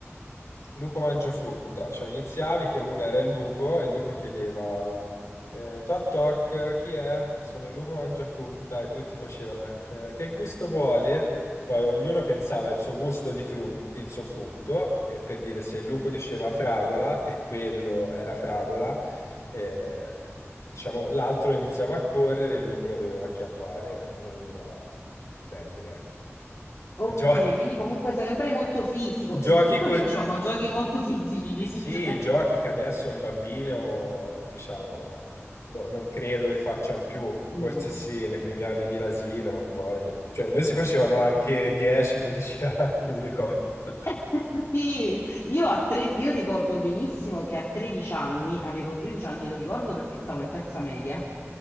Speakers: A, on the left (about 75°); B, on the left (about 60°).
A: Lupo mangia frutta, cioè iniziavi che uno era il lupo e il lupo chiedeva eh, toc toc, chi è? Sono il lupo mangia frutta e tutti facevano eh, che gusto vuole? Poi ognuno pensava il suo gusto di frut- il suo frutto e per dire se il lupo diceva fragola e quello era fragola, eh, diciamo l'altro iniziava a correre e il lupo lo doveva acchiappare, lo doveva prendere, ecco.
B: Ok,
A: Gio-
B: quindi comunque sempre molto fisico,
A: <laughs> giochi
B: sì, comunque
A: così.
B: noi facevamo giochi molto fisici,
A: Sì,
B: <laughs> cioè...
A: giochi che adesso un bambino, diciamo, boh, non credo li facciano più,
B: No.
A: forse sì, nei primi anni di l'asilo, ma poi... Cioè, noi si facevano anche 10-12 <laughs> anni, mi ricordo. <laughs>
B: <laughs> Sì, io, a tre- io ricordo benissimo che a 13 anni, avevo 13 anni, lo ricordo perché stavo in terza media,